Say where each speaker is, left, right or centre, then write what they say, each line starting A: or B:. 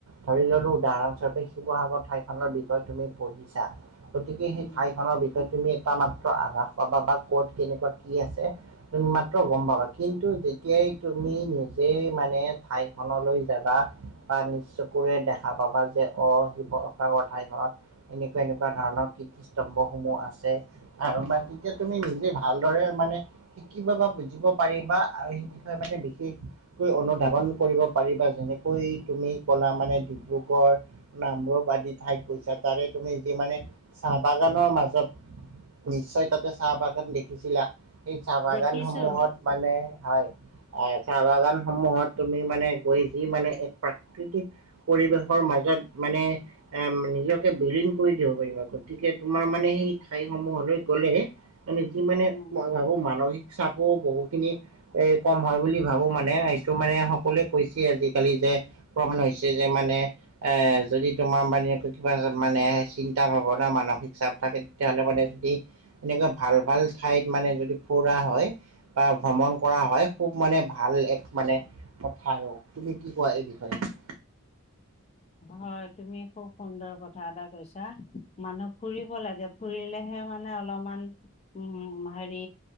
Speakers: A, on the right; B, on the left.
A: ধৰি ল'লো, উদাহৰণস্বৰূপেই শিবসাগৰ ঠাইখনৰ বিষয়ে তুমি পঢ়িছা, গতিকে সেই
B: উম
A: ঠাইখনৰ বিষয়ে তুমি এটা মাত্ৰ আভাস পাবা বা ক'ত কেনেকুৱা কি আছে তুমি মাত্ৰ গম পাবা, কিন্তু যেতিয়াই
B: উম
A: তুমি নিজে যে মানে ঠাইখনলৈ যাবা বা নিজ চকুৰে দেখা পাবা, যে অ', শিৱসাগৰ ঠাইখনত এনেকুৱা, এনেকুৱা ধৰণৰ কীৰ্ত্তিস্তম্ভসমূহ আছে। আৰু বা তেতিয়া তুমি নিজে ভালদৰে মানে শিকিব বা বুজিব পাৰিব বা শিকিলে মানে বিশেষ অনুধাৱন কৰিব পাৰিবা যেনেকৈ তুমি ক'লা মানে ডিব্ৰুগড় নামৰূপ আদি ঠাইত গৈছা, তাৰে তুমি যি মানে চাহ বাগানৰ মাজত নিশ্চয় তাতে চাহ বাগান দেখিছিলা, সেই চাহ বাগানসমূহত
B: দেখিছো
A: মানে হয়। এ, চাহ বাগানসমূহত তুমি মানে গৈ যি মানে এক প্ৰাকৃতিক পৰিৱেশৰ মাজত মানে এ, নিজক বিলীন কৰি দিব পাৰিবা গতিকে তোমাৰ মানে সেই ঠাইসমূহলৈ গ'লে আমি যিমানে
B: উম
A: মই ভাবো মানসিক চাপো বহুখিনি এ, কম হয়, বুলি ভাবো মানে এইটো মানে সকলোৱে কৈছে আজিকালি যে <unintelligible> হৈছে যে মানে এ, যদি তোমাৰ মানে কিবা মানে চিন্তা ভাৱনা মানসিক চাপ থাকে, তেতিয়া হ'লে মানে যি এনেকুৱা ভাল, ভাল ঠাইত মানে যদি ফুৰা হয়। বা ভ্ৰমণ কৰা হয়, খুব মানে ভাল এক মানে কথা আৰু, তুমি কি কোৱা এই বিষয়ে?
B: হয়, তুমি খুব সুন্দৰ কথা এটা কৈছা, মানুহ ফুৰিব লাগে। ফুৰিলেহে মানে অলপমান উম, হেৰি